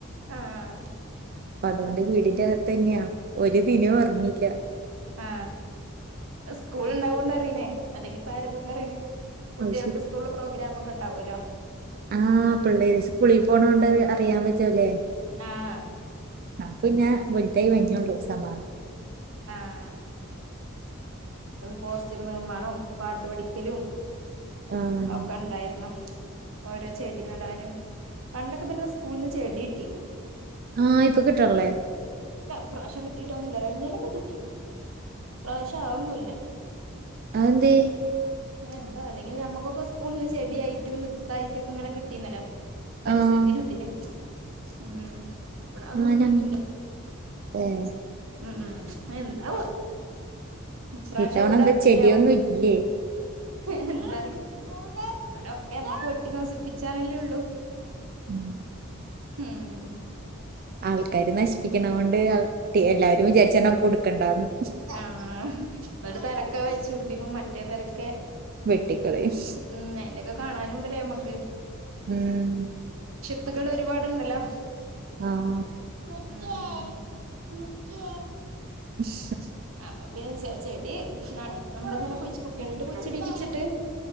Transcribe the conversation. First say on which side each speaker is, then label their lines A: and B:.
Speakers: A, on the right; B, on the right.
A: ആഹ്
B: അപ്പ അതുകൊണ്ട് വീടിന്റെ അകത്ത് തന്നെയാ ഒരു ദിനം ഒർണില്ല
A: ആ സ്കൂള ഇണ്ടാവൊണ്ട് അറിയനേ അല്ലെങ്കിപ്പ ആരെതൊക്കെ അറിയനേ കുട്ടികൾക്ക്
B: അത്
A: സ്കൂള് പ്രോഗ്രാാം ഒക്കെ ഉണ്ടാവല്ലോ
B: ആഹ പിള്ളേ പുളി പോണോണ്ട് അറിയാൻ പറ്റൂല്ലേ
A: ആഹ്
B: നക്ക് ന്ന വെലിട്ടായി വഞ്ഞള്ളൂ സമാനം
A: ആഹ പോസ്റ്റർ നിർമമാണംവും പാട്ട് പഠിക്കലും
B: ആഹ്
A: ഒക്കെ ഉണ്ടായിരുന്നു ഓരോ ചെടി നടാനും പണ്ടൊക്കെ പിന്നെ സ്കൂളന്ന് ചെടി കിട്ടീന്നു
B: ആഹ ഇപ്പൊ കിട്ടള്ളേ
A: പ്രാവശ്യം കിട്ടീട്ടൊ ഒന്നുമില്ല കഴിഞ്ഞാലക്കെ കിട്ടീന്നു പ്രാവശ്യ ഒന്നുമല്ല
B: അന്തേ
A: എന്താ അല്ലെങ്കിൽ നമ്മക്കൊക്കെ സ്കൂള നിന്ന് ചെടിയായിട്ടും വിത്തായിട്ടുംക്കെ ഇങ്ങനെ കിട്ടീുന്നല്ലോ പരിസ്ഥിതി
B: ആഹ്
A: ദിനത്തനെ ഉം
B: <unintelligible>
A: ഇവിടെ അതൊന്നും കിട്ടിയിട്ടില്ല ഉം ഉ എന്താ ഇപ്രാവശ്യ
B: ഇത്തവണ
A: പോല
B: എന്താ
A: അറിഞ്ഞില്ലേവോ
B: ചെടിയൊന്നും ഇല്ലേ
A: എന്താറ ഇവിടൊക്കെ നമ്മക്ക് വട്ടി നസിപ്പിച്ചാനല്ലേ ഉള്ളു
B: ഉം
A: ഹം
B: ആൾക്കാരാര് നശിപ്പിക്കണ കൊണ്ട് എല്ലാവരും വിചാരിച്ചാ നമക്ക് കൊടുക്കണ്ടാവന്ന്
A: ആഹ് ഒരു തലക്കെ വെച്ചു പിടിപ്പിക്കും മറ്റേ തലക്കെ
B: വെട്ടിക്കളയും
A: ഉ അയിന്റെൊക്കെ കാണാനുണ്ടല്ലേ നമ്മക്ക്
B: ഉം
A: കുത്തുകൾ ഒരുപാടുണ്ടല്ലോ
B: ആഹ
A: <unintelligible>
B: <unintelligible>
A: അപ്പൊെ ചെടി നട്ട നമ്മളന്നെ കുട്ടികളായിട്ട് കുഴിച്ചിടീപി ച്ചിട്ട്